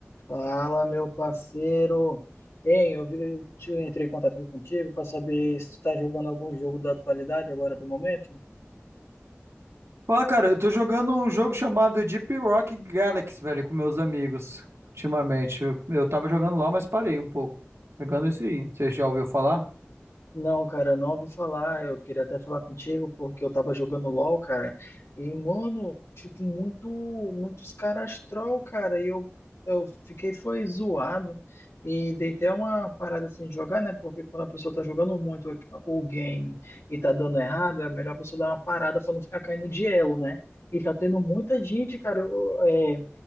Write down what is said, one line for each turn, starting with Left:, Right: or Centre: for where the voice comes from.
Left: Fala, meu parceiro. Hein, eu vi- te- entrei em contato aqui contigo para saber se tu tá jogando algum jogo da atualidade agora do momento.
Right: Fala, cara, eu tô jogando um jogo chamado Deep Rock Galaxy, velho, com meus amigos, ultimamente. Eu, eu tava jogando lá, mas parei um pouco. Jogando esse aí. Você já ouviu falar?
Left: Não, cara, eu não ouvi falar. Eu queria até falar contigo porque eu tava jogando LoL, cara. E, mano, tipo, muito, muitos caras troll, cara. E eu, eu fiquei, foi zoado. E dei até uma parada assim de jogar, né? Porque quando a pessoa tá jogando muito o game e tá dando errado, é melhor a pessoa dar uma parada pra não ficar caindo de elo, né? E tá tendo muita gente, cara. eu- é,